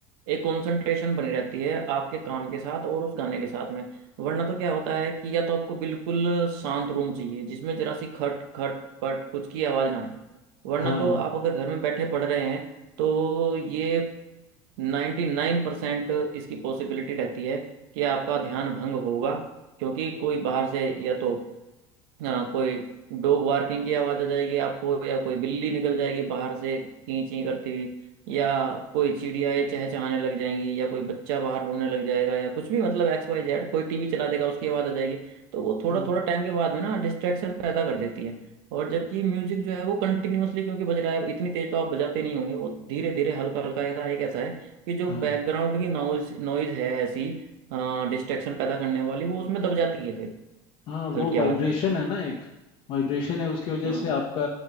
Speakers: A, on the right (about 75°); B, on the left (about 40°).
A: एक कंसंट्रेशन बनी रहती है आपके काम के साथ और उस गाने के साथ में वरना तो क्या होता है कि या तो आपको बिल्कुल शांत रूम चाहिए जिसमें जरा सी खट खट पट कुछ की आवाज ना आए वरना
B: हाँ
A: तो आप अगर घर में बैठे पढ़ रहे हैं तो ये नाइन्टी नाइन परसेंट इसकी पॉसिबिलिटी रहती है कि आपका ध्यान भंग होगा क्योंकि कोई बाहर से या तो हाँ कोई डॉग बार्किंग की आवाज आ जाएगी आपको या कोई बिल्ली निकल जाएगी बाहर से चीं चीं करती हुई या कोई चिड़ियाएं चहचहाने लग जाएंगी या कोई बच्चा बाहर रोने लग जाएगा या कुछ भी मतलब एक्स वाई जेड कोई टीवी चला देगा उसकी आवाज आ जाएगी तो वो थोड़ा
B: हम्म,
A: थोड़ा टाइम के बाद में ना डिस्ट्रैक्शन पैदा कर देती है और जबकि म्यूजिक जो है वो कंटिन्यूअसली क्योंकि बज रहा है इतनी तेज तो आप बजाते नहीं होंगे वो धीरे धीरे हल्का हल्का ऐसा एक ऐसा है कि जो
B: हाँ
A: बैकग्राउंड की नॉइज नॉइज है ऐसी डिस्ट्रैक्शन पैदा करने वाली वो उसमें दब जाती है फिर
B: हाँ वो
A: हल्की
B: वाइब्रेशन
A: आवाज में
B: है ना एक वाइब्रेशन है उसकी वजह
A: हम्म
B: से आपका